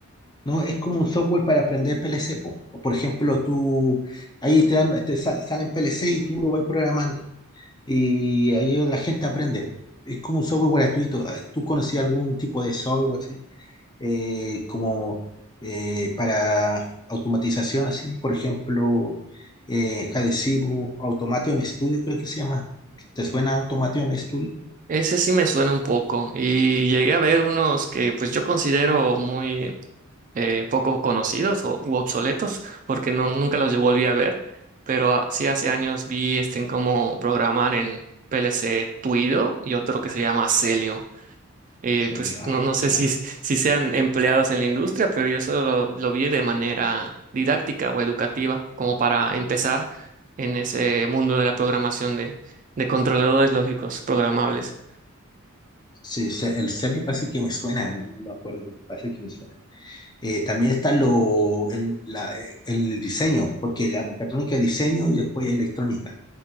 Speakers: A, on the left; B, on the right.
A: No, es como un software para aprender PLC, po. O por ejemplo, tú ahí te dan, te sa- salen PLC y tú lo vas programando. y ahí la gente aprende. Es como un software gratuito. Ah, ¿Tú conocías algún tipo de software así? Eh, como eh, para automatización, así? Por ejemplo, eh, Hadesivo, Automation Studio, creo que se llama. ¿Te suena Automation Studio?
B: Ese sí me suena un poco y llegué a ver unos que pues yo considero muy eh, poco conocidos o u obsoletos porque no, nunca los volví a ver, pero ah, sí hace años vi este, en cómo programar en PLC Tuido y otro que se llama Celio. eh,
A: Serio,
B: pues
A: ah,
B: no,
A: me
B: no sé
A: suena.
B: si, si sean empleados en la industria, pero yo solo lo, lo vi de manera didáctica o educativa, como para empezar en ese mundo de la programación de, de controladores lógicos programables.
A: Sí, se- el serio parece que me suena, no, no me acuerdo, parece que me suena. Eh, también está lo, el, la- el diseño, porque la mecatrónica es diseño y después electrónica.